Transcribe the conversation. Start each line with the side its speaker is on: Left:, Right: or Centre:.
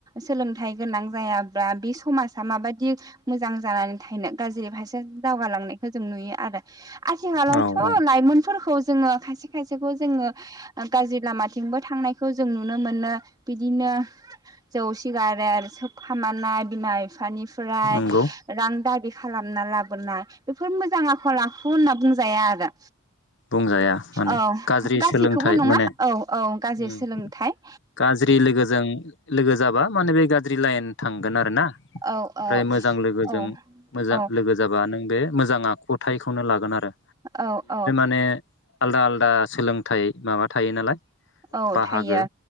Right: सोलोंथाइ गोनां जायाब्ला बे समाजा माबादि मोजां जानानै थायनो गाज्रि भारसे दावगालांनायखौ जों नुयो आरो आथिखालावथ
Left: औ औ
Right: लाइमोनफोरखौ जोङो खायसे खाय जों गाज्रि लामाथिंबो थांनायखौ जों नुनो मोनो बिदिनो जौ सिगारेट सोबखामनाय बिमा बिफानि ओमफ्राय
Left: नंगौ
Right: रांदाबि खालामना लाबोनाय बेफोर मोजां आखल आखु होनना बुंजाया आरो।
Left: बुंजाया माने
Right: औ
Left: गाज्रि
Right: गासैखौबो
Left: सोलोंथाइ
Right: नङा
Left: माने
Right: औ औ गाज्रि
Left: उम
Right: सोलोंथाइ।
Left: गाज्रि लोगोजों लोगो जाबा माने बे गाज्रि लाइन थांगोन आरो ना ।
Right: औ
Left: ओमफ्राय
Right: औ
Left: मोजां लोगोजों
Right: औ
Left: मोजां
Right: औ
Left: लोगो जाबा नों बे मोजां आखुथायाइखौनो लागोन आरो‌।
Right: औ-औ।
Left: माने आलादा-आलदा सोलोंथाइ माबा थायो नालाय।
Right: औ
Left: बाहागो
Right: थायो,